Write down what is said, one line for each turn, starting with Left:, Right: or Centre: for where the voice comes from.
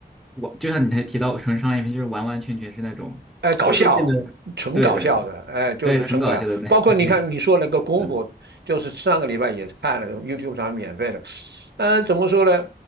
Centre: 我就像你才提到纯商业片，就是完完全全是那种就是为了
Right: 哎，搞笑，纯搞笑的，
Centre: 对对对
Right: 哎，就是纯搞笑。
Centre: 对纯搞笑的那
Right: 包括你看你说那个功夫，
Centre: <laughs> 那嗯
Right: 就是上个礼拜也是看了 YouTube 上免费的，呃，怎么说呢？